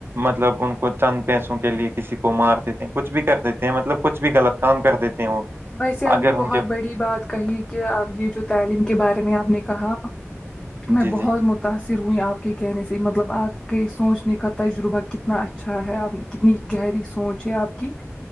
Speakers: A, on the right; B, on the left.
A: مطلب ان کو چند پیسوں کے لیے کسی کو مار دیتے ہیں کچھ بھی کر دیتے ہیں مطلب کچھ بھی غلط کام کر دیتے ہیں وہ
B: ویسے آپ
A: اگر
B: نے بہت
A: ان کے
B: بڑی بات کہی کہ اب یہ جو تعلیم کے بارے میں آپ نے کہا میں
A: جی
B: بہت
A: جی
B: م متاثر ہوئیں آپ کے کہنے سے مطلب آپ کے سوچنے کا تجربہ کتنا اچھا ہے آپ کتنی گہری سوچ ہے آپ کی